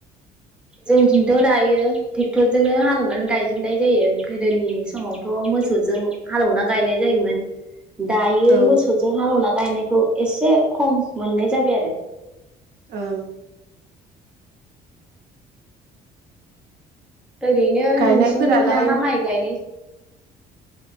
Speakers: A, in the centre; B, on the right.
A: जोंनिथिंथ दायो ट्रेक्टरजोंनो हालेवनानै गायजोबनाय जायो गोदोनि समावथ मोसौजों हालेवना गायनाय जायोमोन। दायो
B: औ
A: मोसौजों हालेवना गायनाय ओ एसे खम मोननाय जाबाय आरो ।
B: ओं।
A: ओरैनो
B: गायनायफोरालाय
A: नोंसिनिथिं मा मा माइ गायनाय ज